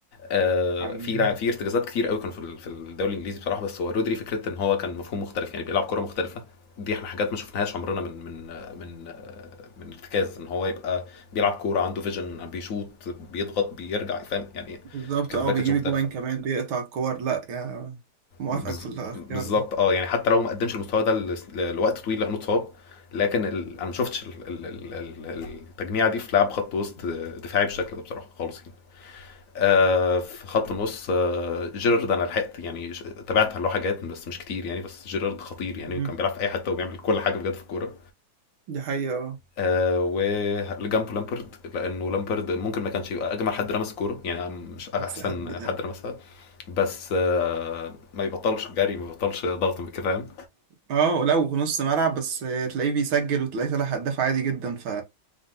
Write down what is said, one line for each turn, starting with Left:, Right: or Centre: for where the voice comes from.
Left: آه،
Right: بقى
Left: في لاعب- في ارتكازات كتير قوي كانوا في ال- في الدوري الانجليزي بصراحه بس هو رودري فكره ان هو كان مفهوم مختلف يعني بيلعب كره مختلفه دي احنا حاجات ما شفناهاش عمرنا من من آه، من آه، من ارتكاز ان هو يبقى بيلعب كوره عنده فيجن بيشوط بيضغط باكج فاهم يعني
Right: بالظبط
Left: كان
Right: اه
Left: باكج
Right: بيجيب
Left: مختلف
Right: اجوان كمان بيقطع الكور لا يا موافقك
Left: بز-
Right: في الاختيار
Left: بالظبط
Right: ده
Left: اه يعني حتى لو ما قدمش المستوى ده ل- ل- لوقت طويل لانه اتصاب لكن ال... انا ما شفتش ال... ال... ال- ال- التجميعه دي في لعب خط وسط دفاعي بالشكل ده بصراحه خالص يعني آه، في خط النص آه، جيرارد انا لحقت يعني ش- تابعت له حاجات بس مش كتير يعني بس جيرارد خطير يعني
Right: مم.
Left: كان بيلعب في اي حته وبيعمل كل حاجه بجد في الكوره
Right: دي حقيقة اه.
Left: آه وجنبه لامبرد لانه لامبرد ممكن ما كانش يبقى اجمل حد رمس كوره يعني مش احسن
Right: بس حد
Left: حد رمسها بس آه ما يبطلش جري ما يبطلش ضغط كده فاهم
Right: اه لو نص ملعب بس تلاقيه بيسجل وتلاقيه طالع هداف عادي جدا ف